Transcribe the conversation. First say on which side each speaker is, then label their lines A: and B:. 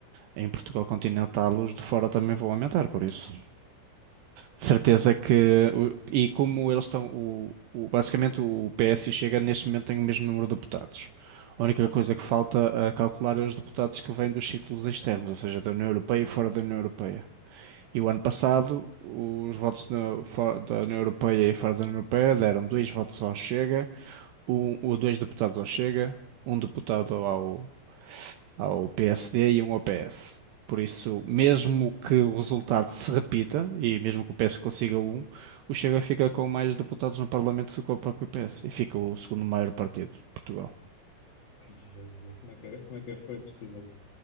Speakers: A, on the right; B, on the left.
A: em Portugal continental, os de fora também vão aumentar, por isso. De certeza que. o- E como eles estão. O, o- basicamente, o PS e o Chega neste momento têm o mesmo número de deputados. A única coisa que falta a calcular é os deputados que vêm dos círculos externos, ou seja, da União Europeia e fora da União Europeia. E o ano passado, os votos da, fora da União Europeia e fora da União Europeia deram dois votos ao Chega um, ou dois deputados ao Chega, um deputado ao, ao PSD e um ao PS. Por isso, mesmo que o resultado se repita, e mesmo que o PS consiga um, o Chega fica com mais deputados no Parlamento do que o próprio PS. E fica o segundo maior partido de Portugal.
B: Ai, Jesus, como é que, como é que foi possível?